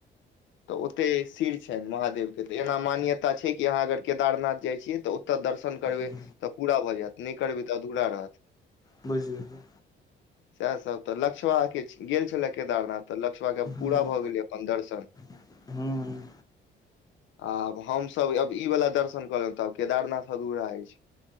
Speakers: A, on the left; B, on the left.
A: <inaudible> तऽ ओतय सीर छैन्ह महादेव कऽ तऽ एना मान्यता छै कि अहाँ अगर केदारनाथ जाइ छियै तऽ ओतऽ दर्शन करबै
B: ह्म
A: तऽ पुरा भऽ जायत नहि करबै तऽ अधूरा रहत
B: बुझ गेलिए
A: <inaudible> सएहसभ तऽ लक्ष्बाके गेल छलै केदारनाथ तऽ लक्ष्बाके
B: हूँ
A: पुरा भऽ गेलै अप्पन दर्शन
B: <unintelligible>
A: आब हमसब अब ई वला दर्शन करब तऽ आब केदारनाथ फगुला हो छै